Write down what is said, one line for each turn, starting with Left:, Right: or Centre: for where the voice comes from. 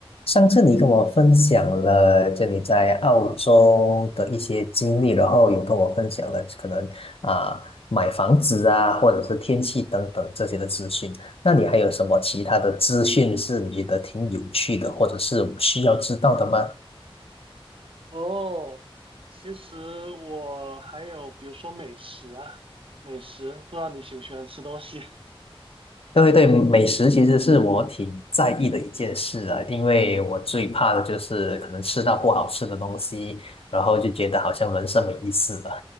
Left: 上次你跟我分享了，就你在澳洲的一些经历，然后有跟我分享了可能啊、买房子啊，或者是天气等等这些的资讯。那你还有什么其他的资讯是你觉得挺有趣的，或者是我需要知道的吗？
Right: 哦，其实我还有，比如说美食啊，美食，不知道你喜不喜欢吃东西。<laughs>
Left: 对对，美食其实是我挺在意的一件事啊，因为我最怕的就是可能吃到不好吃的东西，然后就觉得好像人生没意思了。